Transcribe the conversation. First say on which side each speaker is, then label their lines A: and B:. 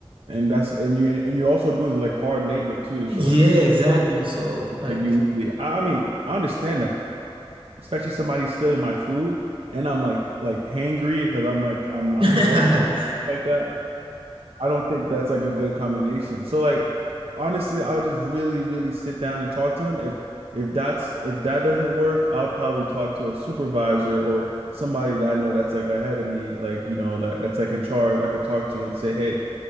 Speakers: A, on the right; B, on the right.
A: and that's, and you, and you're also doing like hard labor too.
B: Yeah,
A: So it's just
B: exactly. So like,
A: like, you need, I I mean, I understand that, especially somebody stealing my food. And I'm like, like hangry because I'm like, I'm,
B: <laughs>
A: I'm
B: Yeah.
A: working like that. I don't think that's like a good combination. So like honestly, I would just really, really sit down and talk to him. If if that's if that doesn't work, I'll probably talk to a supervisor or somebody that I know that's like ahead of me, like you know that that's like in charge. I could talk to and say, hey,